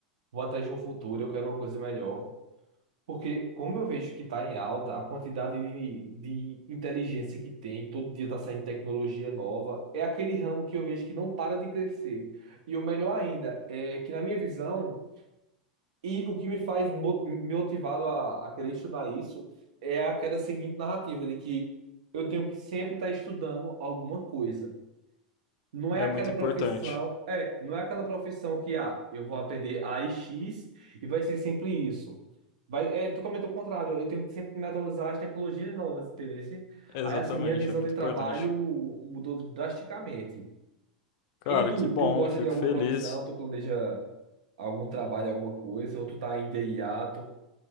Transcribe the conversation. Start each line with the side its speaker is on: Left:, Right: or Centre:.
Right: vou atrás de um futuro, eu quero uma coisa melhor. Porque como eu vejo que está em alta, a quantidade de, de inteligência que tem, todo dia está saindo tecnologia nova, é aquele ramo que eu vejo que não para de crescer. E o melhor ainda é que, na minha visão, e o que me faz mo- me motivado a, a querer estudar isso, é aquela seguinte narrativa de que eu tenho que sempre estar estudando alguma coisa. Não é
Left: É
Right: aquela
Left: muito importante.
Right: profissão, é, não é aquela profissão que, ah, eu vou aprender a e X e vai ser sempre isso. Vai, é totalmente o contrário, eu tenho que sempre me atualizar às tecnologias novas, entendeu? Assim,
Left: Exatamente,
Right: Aí, assim, minha visão
Left: é muito
Right: de trabalho
Left: importante.
Right: mudou drasticamente.
Left: Cara,
Right: E tu,
Left: que bom,
Right: tu gosta
Left: fico
Right: de alguma
Left: feliz.
Right: profissão, tu planeja algum trabalho, alguma coisa, ou tu tá ainda em hiato?